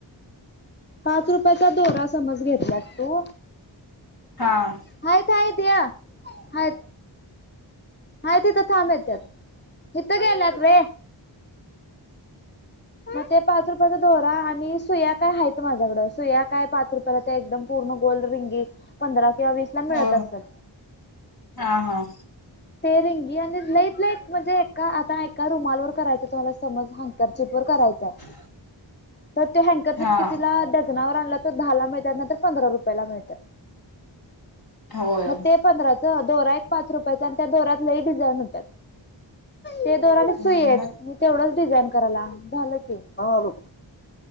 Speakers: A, on the left (about 25°); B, on the left (about 50°).
A: पाच रुपयाचा दोरा समज घेतलास तू.
B: हां.
A: हायेत, हायेत या हायेत. हायत तिथ थांबेल त्यात तिथ गेल्यात होय. मग ते पाच रुपयाचा दोरा आणि सुया काय हायत माझ्याकडं सुया काय पाच रुपय परत ते एकदम पूर्ण गोल रिंगी पंधरा किंवा वीस ला मिळत
B: हो,
A: असतात
B: हा, हा.
A: ते रिंगी आणि लईट, लईट म्हणजे एका आता एका रुमालवर करायचं तुम्हाला समज ह कचीपवर्क करायचांय.
B: <inaudible>
A: तर ते हँकरचेप
B: हा
A: कितीला डझनावर आणलं तर दहाला मिळतात नाहीतर पंधरा रुपयाला मिळत्या.
B: होय
A: मग ते पंधराच दोरा एक पाच रुपयाचा आणि त्या दोऱ्यात लई डिझाईन होत्यात. ते दोरा नी सुई
B: मग
A: एक आणि तेवढंच डिझाईन कराला झालं. ह आलो